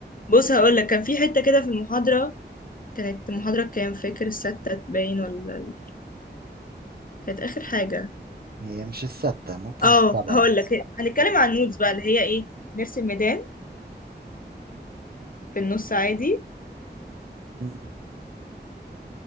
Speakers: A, on the left; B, on the right.
A: بص هقول لك كان في حتة كده في المحاضرة كانت محاضرة كام فاكر الستة باين ولا ال- كانت آخر حاجة
B: هي مش الستة ممكن
A: اه
B: السبعة
A: هقول لك هنتكلم عن النودز بقى اللي هي ايه نرسم ميدان في النص عادي
B: مم.